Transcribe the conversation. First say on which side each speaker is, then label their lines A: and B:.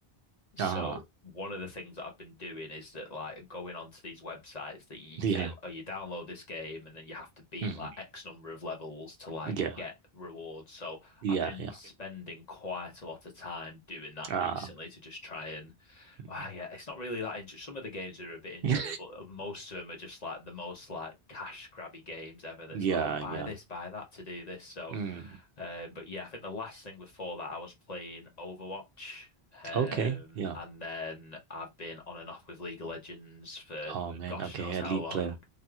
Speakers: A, on the left (about 45°); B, on the right (about 65°).
A: so
B: Uh-huh.
A: one of the things that I've been doing is that like going onto these websites that you
B: Yeah.
A: say, oh, you download this game and then you have to beat
B: hmm
A: like X number of levels to like
B: Yeah.
A: get rewards. So
B: Yeah.
A: I've been
B: Yeah.
A: spending quite a lot of time doing that
B: Ah.
A: recently to just try and,
B: <laughs>
A: ah, yeah, it's not really that enjoy Some of the games are a bit enjoyable.
B: Yeah.
A: and Most of them are just like the most like cash grabby games ever. That's
B: Yeah.
A: like, oh, buy
B: Yeah.
A: this, buy that to do this. So,
B: Mm.
A: uh, but yeah, I think the last thing before that I was playing Overwatch. Um,
B: Okay, yeah.
A: and then I've been on and off with League of Legends for
B: Oh man,
A: gosh
B: okay,
A: knows how
B: Elite
A: long.
B: player.